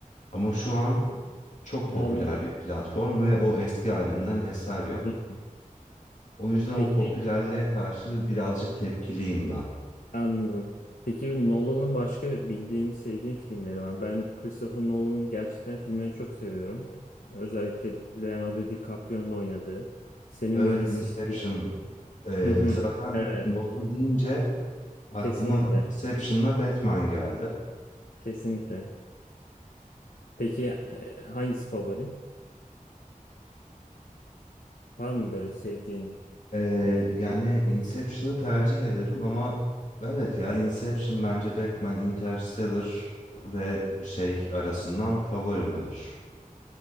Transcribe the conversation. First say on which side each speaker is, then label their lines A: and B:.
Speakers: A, on the left (about 60°); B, on the left (about 80°).
A: Ama şu an çok popüler
B: Anladım.
A: bir platform ve o eski halinden eser yok.
B: Hı.
A: O yüzden o
B: Peki
A: popülerliğe karşı birazcık tepkiliyim ben.
B: Anladım. Peki bir Nolan'ın başka bildiğin, sevdiğin filmleri var mı? Ben Christopher Nolan'ın gerçekten filmlerini çok seviyorum. Özellikle Leonardo DiCaprio'nun oynadığı. Senin
A: Evet,
B: böyle
A: Inception.
B: sevdiğin.
A: Ee,
B: Hı hı.
A: zaten
B: Evet,
A: Nolan deyince aklıma
B: kesinlikle.
A: Inception'la Batman geldi.
B: Kesinlikle. Peki e, hangisi favorin? Var mı böyle sevdiğin
A: Ee,
B: e,
A: yani Inception'ı tercih ederim ama evet ya Inception bence Batman, Interstellar ve şey arasından favorim olur.